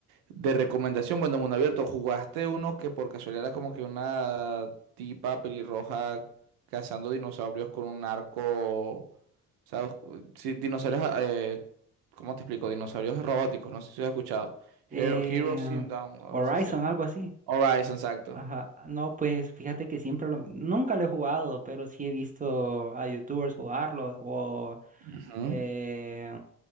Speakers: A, on the right; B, on the right.
A: De recomendación, bueno, mundo abierto, ¿jugaste uno que por casualidad era como que una tipa pelirroja cazando dinosaurios con un arco? ¿Sabes? Sí, dinosaurios, eh, ¿cómo te explico? Dinosaurios robóticos, no sé si has escuchado.
B: Eh,
A: Hero, Heroes in Down, o algo
B: Horizon,
A: así se llama.
B: algo así.
A: Horizon, exacto.
B: Ajá. No, pues fíjate que siempre lo... Nunca lo he jugado, pero sí he visto a youtubers jugarlo o,
A: Ujú.
B: eh,